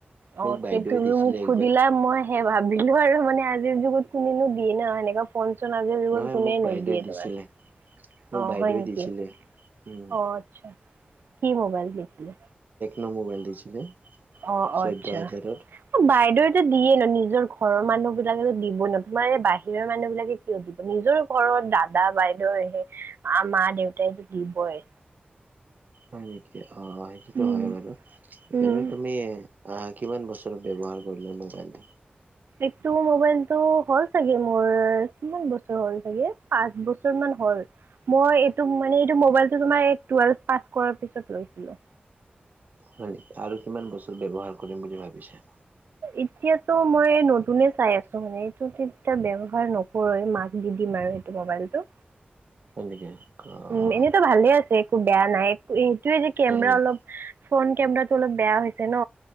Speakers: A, on the right; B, on the right.
A: অ',
B: মোক বাইদেউৱে
A: তে তুমি
B: দিছিলে
A: মোক সুধিলা
B: একবাৰ।
A: মই- সে ভাবিলো আৰু মানে আজিৰ যুগত কুনিনো দিয়ে ন সেনেকা ফোন- আজিৰ যুগত
B: নহয়
A: কোনেনো
B: মোক বাইদেউৱে
A: দিয়ে
B: দিছিলে,
A: তোমাৰ- অ',
B: মোক বাইদেউৱে
A: হয় নেকি?
B: দিছিলে। উম,
A: অ', আচ্ছা। কি মোবাইল দিছিলে?
B: ন' মোবাইল দিছিলে
A: অ',
B: চৈধ্য
A: আচ্ছা,
B: হাজাৰৰ।
A: বাইদেউ দিয়ে ন, নিজৰ ঘৰৰ মানুহ বিলাকে দিব ন, তোমাৰ বাহিৰৰ মানুহ বিলাকে কিয় দিব নিজৰ ঘৰৰ দাদা বাইদেউ সেই, মা দেউতাই যে দিবই-
B: হয় নেকি? অ সেইটোতো
A: উম
B: হয় বাৰু।
A: উম
B: এনে তুমি আহা কিমান বছৰত ব্যৱহাৰ কৰিলে মোবাইলটো?
A: ইটো মবাইলতটো হ'ল চাগে মোৰ কিমান বছৰ হ'ল চাগে পাঁচ বছৰ মান হল। মই ইটো মোবাইলটো মানে টোৱেলোভ পাছ কৰাৰ পিছত লৈছিলো।
B: হয় নেকি? আৰু কিমান বস্তু ব্যৱহাৰ কৰিম বুলি ভাবিছে?
A: এতিয়াতো মই নতুনে চাই আছো মানে, এইটো তেতিয়া ব্যৱহাৰ নকৰে মাক দি দিম আৰু মোবাইলটো।
B: হয় নেকি? অ'
A: উম এনেইতো ভালে আছে একো বেয়া নাই, এইটোয়ে যে কেমেৰা
B: হয় নেকি?
A: অলপ ফ্ৰণ্ট কেমেৰা অলপ বেয়া হৈছে ন।